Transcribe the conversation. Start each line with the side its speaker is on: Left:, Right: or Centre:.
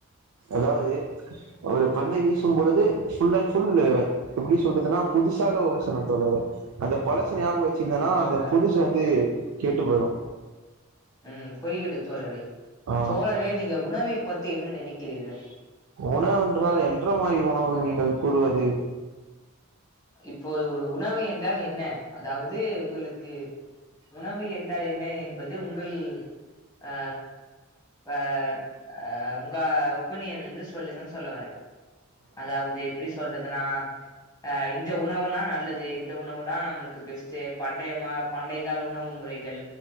Right: அதாவது ஒரு பந்தை வீசும்பொழுது ஃபுல் அண்ட் ஃபுல்லு எப்படி சொல்றதுன்னா புதுசாக உக சொன்ன தோழரே அந்த பழச ஞாபக வெச்சிந்தன்னா
Left: ம் தோழர்
Right: அந்த புதுசு வந்து கெட்டு போயிடு
Left: ம் பொறிகடு தோழரே
Right: ஆ
Left: தோழரே நீங்க உணவை பத்தி என்ன நினைக்கிறீர்கள்
Right: உணவென்றால் என்ற மாரி உணவு நீங்கள் கூறுவது
Left: இப்போது ஒரு உணவு என்றால் என்ன அதாவது உங்களுக்கு உணவு என்றால் என்ன என்ப து உங்கள் அ வ அ உங்க ஒப்பினியன்ல இருந்து சொல்லுங்கன் சொல்ல வரே அதாவது எப்படி சொல்றதுன்னா அ இந் த உணவுனா நல்லது இந்த உணவு நா நம்மளுக்கு பெஸ்ட்டு பண்டைய மா பண்டை கால உணவு முறைகள்